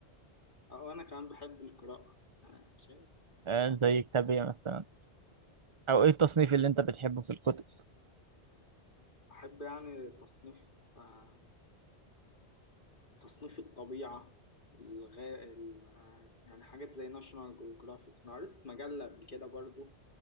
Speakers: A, on the left; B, on the right.
A: وأنا كمان بحب القراءة أنا شايف
B: آه، زي كتاب ايه مثلا او ايه التصنيف اللي انت بتحبه في الكتب
A: بحب يعني تصنيف آه، تصنيف الطبيعة الغا... ال... آه، يعني حاجات زي ناشونال جيوغرافيك أنا قريت مجلة قبل كده برضو